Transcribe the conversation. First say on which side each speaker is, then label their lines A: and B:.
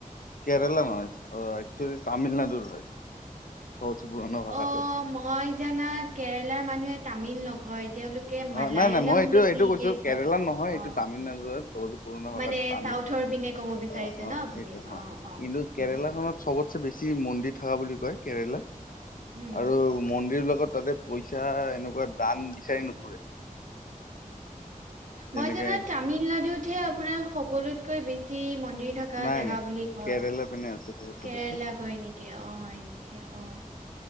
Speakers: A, on the left (about 75°); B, on the right (about 60°).
A: কেৰেলা নহয় অ একচুৱেলি তামিলনাডুৰ হয় সহজ পুৰণা
B: অ
A: ভাষাটো।
B: মই জানাত কেৰেলাৰ মানুহে তামিল নকয় তেওঁলোকে মালায়ালম
A: অ নাই নাই মই এইটোয়ে
B: বেছিকে
A: এইটো কৈছো
B: কয়
A: কেৰেলাত নহয় এইটো
B: অ
A: তামিলনাডুৰহে <unintelligible> পুৰণা ভাষাত
B: মানে
A: তামিল
B: চাউথৰ পিনে ক'ব বিচাৰিছে
A: অ অ
B: ন আপুনি
A: সেইটো হ
B: অ অ
A: কিন্তু কেৰেলাখনত,
B: উম
A: চবতছে বেছি মন্দিৰ থকা বুলি কয় কেৰেলাত
B: উম
A: আৰু মন্দিৰ বিলাকত তাতে পইচা এনেকুৱা দান বিচাৰি নুফুৰে। যেনেকে
B: মই জানাত তামিলনাডুতহে আপোনাৰ সকলোতকৈ বেছি মন্দিৰ থকা
A: নাই
B: জেগা
A: নাই
B: বুলি কয়
A: কেৰেলা পিনে আছে চবতছে
B: কেৰেলা
A: বেছি
B: কয় নেকি অ হয় নেকি হে অ